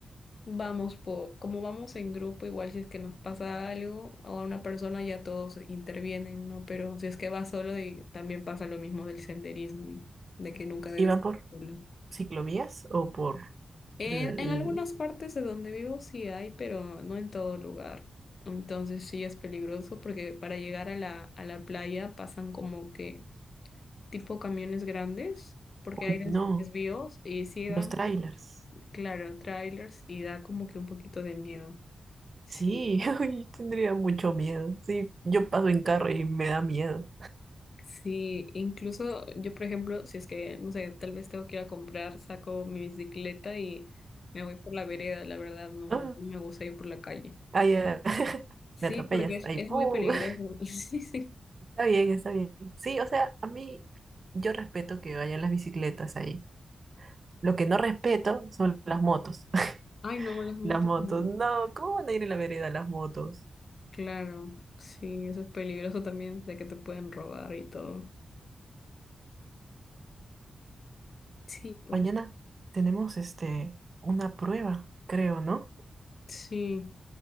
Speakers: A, on the left (about 60°); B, on the right (about 55°).
A: vamos po- como vamos en grupo, igual si es que nos pasa algo o a una persona ya todos intervienen, ¿no? Pero si es que vas solo y también pasa lo mismo del senderismo, de que nunca debes
B: ¿Iban
A: ir
B: por
A: solo.
B: ciclovías o por...?
A: En,
B: L-
A: en algunas partes de donde vivo sí hay, pero no en todo lugar. Entonces sí es peligroso porque para llegar a la, a la playa pasan como que tipo camiones grandes, porque
B: Uy,
A: hay des-
B: no,
A: desvíos y sí da
B: los
A: un
B: trailers.
A: poquito, claro, trailers y da como que un poquito de miedo. Sí,
B: Sí, <laughs> uy, tendría mucho miedo. Sí, yo paso en carro y me da miedo.
A: sí, incluso yo, por ejemplo, si es que, no sé, tal vez tengo que ir a comprar, saco mi bicicleta y me voy por la vereda, la verdad, no,
B: Ah,
A: no me gusta ir por la calle.
B: ay, ah, <laughs>
A: Sí,
B: me atropellas.
A: porque es,
B: Ay,
A: es
B: pum.
A: muy peligroso.
B: <laughs>
A: <laughs> Sí, sí.
B: Está bien, está bien. Sí, o sea, a mí yo respeto que vayan las bicicletas ahí. Lo que no respeto son las motos. <laughs>
A: Ay, no, las motos.
B: Las motos.
A: no.
B: No, ¿cómo van a ir en la vereda las motos?
A: Claro, sí, eso es peligroso también de que te pueden robar y todo. Sí, pues,
B: Mañana tenemos este una prueba, creo, ¿no?
A: sí,